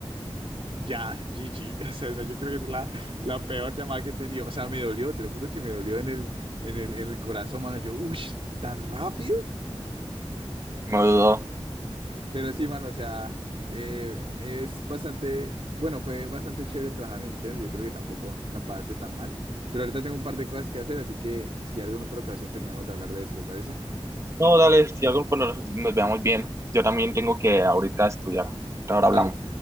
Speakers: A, on the right; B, on the right.
A: Ya, GG, <laughs> o sea, esa yo creo que es la, la peor llamada que he tenido, o sea, me dolió, te lo juro que me dolió en el, en el, en el corazón, mano, yo, uff, tan rápido.
B: No dudo.
A: Pero sí, mano, o sea, eh, es bastante, bueno, fue bastante chévere trabajar en Nintendo. Yo creo que tampoco la pasé tan mal. Pero ahorita tengo un par de cosas que hacer, así que si alguna otra ocasión terminamos de hablar de eso, ¿te parece?
B: No, dale, si algo cuando nos, nos veamos bien. Yo también tengo que ahorita estudiar. Ahora
A: Dale.
B: hablamos.